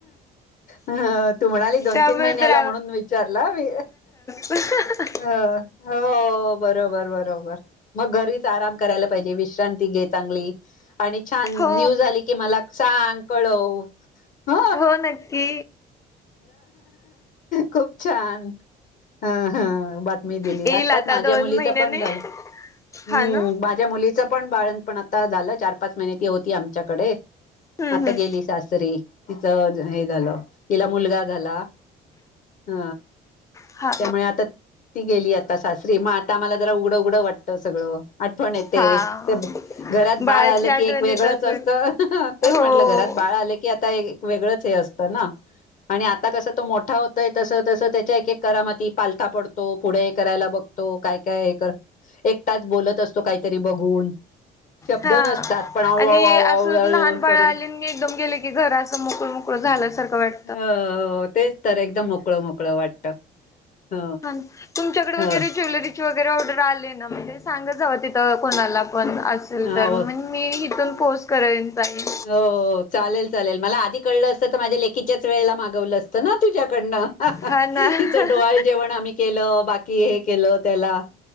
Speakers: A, on the left; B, on the left.
A: अ तू म्हणाली दोन
B: त्यामुळे
A: तीन महिन्याला
B: तर
A: म्हणून विचारला मी.
B: ह <inaudible>
A: ह हो बरोबर बरोबर. मग घरीच आराम करायला पाहिजे विश्रांती घे चांगली. आणि छान
B: हो
A: न्यूज आली की मला सांग कळव. ह
B: हो नक्की.
A: खूप छान हा हा बा ''--'' मी दिली
B: येईल
A: आताच
B: आता
A: माझ्या
B: दोन
A: मुलीच
B: महिन्याने
A: पण झालं हो
B: हा ना
A: बा ''--'' माझ्या मुलीच पण बाळण पण आता झालं चार पाच महिने ती होती आमच्याकडे.
B: हम्म
A: आता
B: हम्म
A: गेली सासरी तिचं हे झालं. तिला मुलगा झाला अ
B: हा
A: त्यामुळे आता. ती गेली आता सासरी मग आता मला जरा उघडं उघडं वाटत सगळं. आठवण येते
B: हा
A: ते घरात
B: बाळाची
A: बाळ आलं
B: आठवण
A: की एक वेगळंच
B: येत असेल
A: असतं. तेच
B: हो
A: म्हटलं घरात बाळ आले की आता एक वेगळंच हे असतं ना. आणि आता कसं तो मोठा होतय तस तसं त्याच्या एक एक करामाती पालथा पडतो पुढे करायला बघ''--'' त काय- काय कर एकटाच बोलत असतो काहीतरी बघून. शब्द
B: हा
A: नसतात पण <unintelligible>
B: आणि असं लहान बाळ
A: करून
B: आले एकदम गेले की घरा अस मोकळ झाल्यासारख वाटत.
A: अ तेच तर एकदम मोकळ मोकळ वाटत. ह
B: हा तुमच्याकडे वगैरे
A: ह
B: ज्वेलरीची वगैरे ऑर्डर आले आहे ना म्हणजे सांगतच हव तिथ कोणाला पण असेल
A: हा
B: तर
A: हो
B: मग मी इथून पोस्ट करायच आहे.
A: हो चालेल -चालेल मला आधी कळल असत तर माझ्या लेखीच्याच वेळेला मागवल असत ना तुझ्याकडन. हाहाहा.
B: हा ना
A: तिचडोवाल जेवण आम्ही केल. बाकी हे केल त्याला